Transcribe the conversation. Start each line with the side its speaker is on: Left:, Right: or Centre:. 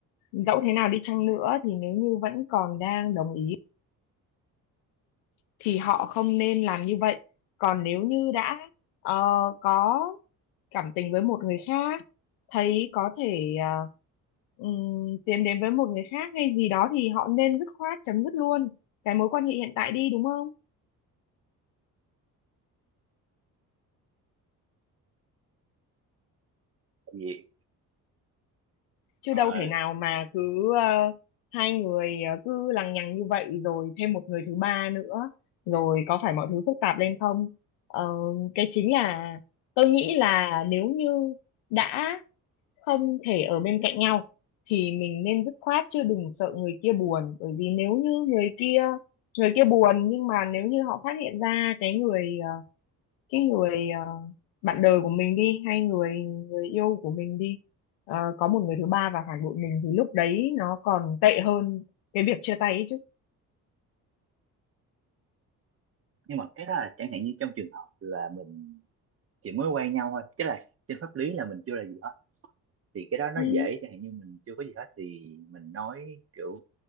Left: dẫu thế nào đi chăng nữa thì nếu như vẫn còn đang đồng ý thì họ không nên làm như vậy. Còn nếu như đã ờ, có cảm tình với một người khác thấy có thể à, ừm, tiến đến với một người khác hay gì đó thì họ nên dứt khoát chấm dứt luôn cái mối quan hệ hiện tại đi đúng không
Right: gì
Left: chứ
Right: ờ,
Left: đâu thể nào mà cứ ờ, hai người ờ, cứ lằng nhằng như vậy rồi thêm một người thứ ba nữa rồi có phải mọi thứ phức tạp lên không Ờ, cái chính là tôi nghĩ là nếu như đã không thể ở bên cạnh nhau thì mình nên dứt khoát chứ đừng sợ người kia buồn bởi vì nếu như người kia người kia buồn nhưng mà nếu như họ phát hiện ra cái người ờ, cái người ờ, bạn đời của mình đi hay người người yêu của mình đi ờ, có một người thứ ba và phản bội mình thì lúc đấy nó còn tệ hơn cái việc chia tay ấy
Right: nhưng mà cái đó là chẳng hạn như trong trường hợp là mình chỉ mới quen nhau thôi chứ là trên pháp lý là mình chưa là gì hết thì cái đó nó
Left: chứ
Right: dễ chẳng hạn như mình chưa có gì hết thì mình nói kiểu